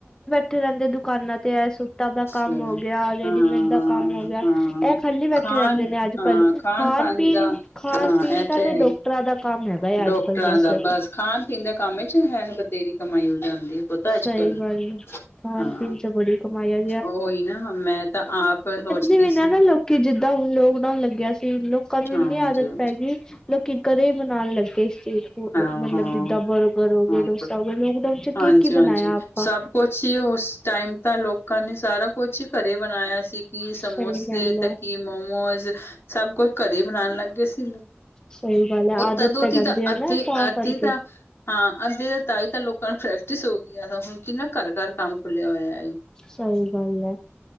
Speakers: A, on the left; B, on the left.
A: ਇਕੱਠੇ ਰਹਿੰਦੇ ਦੁਕਾਨਾਂ ਤੇ ਹੈ ਸੂੱਟਾਂ ਦਾ ਕੰਮ
B: ਹਾਂ
A: ਹੋ ਗਿਆ, ਰੇਡੀਮੇਡ
B: ਹਾਂ
A: ਦਾ ਕੰਮ ਹੋ ਗਿਆ
B: ਹਾਂ
A: ਇਹ ਖਾਲੀ ਬੈਠੇ
B: ਖਾਣ
A: ਰਹਿੰਦੇ ਨੇ ਅੱਜ
B: ਹਾਂ
A: ਕੱਲ੍ਹ ਖਾਣ
B: ਪਾਣ
A: ਪੀਣ,
B: ਦਾ
A: ਖਾਣ
B: ਹਾਂ
A: ਪੀਣ
B: ਇਹ
A: ਦਾ
B: ਤਾਂ ਹੈ
A: ਤੇ
B: ਹੀ
A: ਰਾਂ ਦਾ ਕੰਮ ਹੈਗਾ
B: ਡਾਕਟਰਾਂ
A: ਆ ਅੱਜ ਕੱਲ੍ਹ ਵੈਸ
B: ਦਾ ਬਸ ਖਾਣ ਪੀਂਦਾ। ਕੰਮ 'ਚ ਹੈ ਬਥੇਰੀ ਕਮਾਈ ਹੋ ਜਾਂਦੀ ਹੈ ਪਤਾ
A: ਸਹੀ
B: ਅੱਜਕੱਲ
A: ਗੱਲ ਹੈ ਖਾਣ
B: ਹਾਂ।
A: ਪੀਣ ਚ ਬੜੀ ਕਮਾਇਆ
B: ਉਹੀ ਨਾ ਮੈਂ ਤਾਂ ਆਪ ਸੋਚਦੀ
A: ਵੀ
B: ਸੀ
A: ਨਾ ਨਾ ਲੋਕੀ ਜਿੱਦਾਂ ਹੁਣ ਲੋਕਡਾਊਨ ਲੱਗਿਆ ਸੀ ਲੋਕਾਂ ਨੂੰ
B: ਹਾਂ
A: ਇੰਨੀ
B: ਹਾਂਜੀ
A: ਆਦਤ
B: ਹਾਂਜੀ
A: ਪੈ ਗਈ ਲੋਕੀ ਘਰੇ ਹੀ ਬਣਾਉਣ ਲੱਗੇ ਸਟਰੀਟ ਫੂਡ
B: ਹ
A: ਮਤਲਬ
B: ਹਾਂ-
A: ਜਿੱਦਾਂ ਬਰਗਰ ਹੋ ਗਏ
B: ਹਾਂ
A: ਡੋਸਾ ਹੋ ਗਏ ਲੋਕਡਾਊਨ ਚ
B: ਹਾਂਜੀ
A: ਕੀ ਕੀ
B: -ਹਾਂਜੀ
A: ਬਣਾਇਆ ਆਪਾਂ
B: ਸਭ ਕੁਛ ਹੀ ਉਸ ਟਾਈਮ ਤਾਂ ਲੋਕਾਂ ਨੇ ਸਾਰਾ ਕੁਛ ਹੀ ਘਰੇ ਬਣਾਇਆ ਸੀ ਕੀ ਸਮੋਸੇ,
A: ਸਹੀ ਗੱਲ
B: ਤੇ
A: ਹੈ
B: ਕੀ ਮੋਮੋਜ ਸਭ ਕੁਛ ਘਰੇ ਹੀ ਬਣਾਉਣ ਲੱਗ ਗਏ ਸੀ
A: ਸਹੀ ਗੱਲ ਹੈ
B: ਉਹ
A: ਆਦਤ
B: ਤਦੋਂ
A: ਪੈ
B: ਦੀ
A: ਜਾਂਦੀ
B: ਤਾਂ
A: ਹੈ
B: ਅੱਧੇ
A: ਨਾ ਤਾਂ
B: ਅੱਧੇ
A: ਕਰਕੇ
B: ਤਾਂ ਹਾਂ ਅੱਧੇ ਤਾਈ ਤਾਂ ਲੋਕਾਂ ਨੂੰ ਪ੍ਰੈਕਟਿਸ ਹੋ ਗਈ ਆ ਹੁਣ ਕਿੰਨਾ ਘਰ ਘਰ ਕੰਮ ਖੁੱਲਿਆ ਹੋਇਆ ਹੈ
A: ਸਹੀ ਗੱਲ ਹੈ